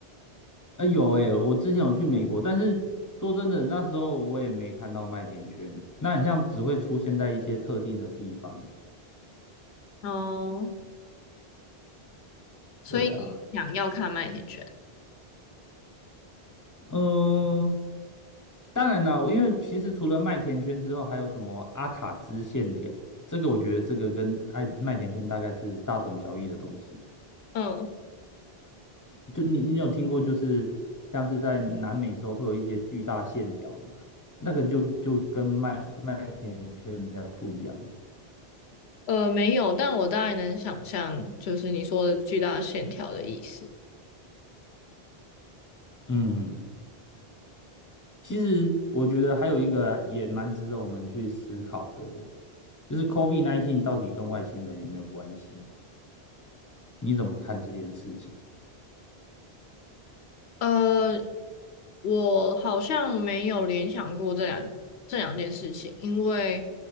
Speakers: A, on the left; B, on the left.
A: 啊、有诶、我之前有去美国，但是说真的，那时候我也没看到麦田圈，那很像只会出现在一些特定的地方。
B: <laughs> 哦。所以你想要看麦田圈？
A: 对啊，嗯、当然了，因为其实除了麦田圈之后，还有什么阿卡兹线条，这个我觉得这个跟爱麦田圈大概是大同小异的东西。
B: 嗯，
A: 就你你有听过，就是像是在南美洲会有一些巨大线条嘛，那个就就跟麦麦田圈比较不一样。
B: 呃，没有，但我大概能想象，就是你说的巨大线条的意思。
A: 嗯，其实我觉得还有一个也蛮值得我们去思考的，就是 COVID-19 到底跟外星人有没有关系？你怎么看这件事情？
B: 呃，我好像没有联想过这两这两件事情，因为